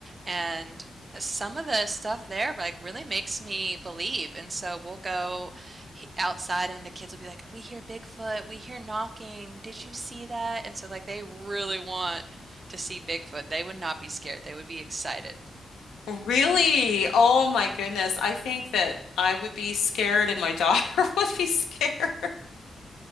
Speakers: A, on the right (about 45°); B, on the left (about 85°).
A: and some of the stuff there like really makes me believe. And so we'll go he- outside and the kids will be like, "We hear Bigfoot, we hear knocking. Did you see that?" And so like they really want to see Bigfoot. They would not be scared. They would be excited.
B: Really? Oh my goodness. I think that I would be scared and my daughter <laughs> would be scared.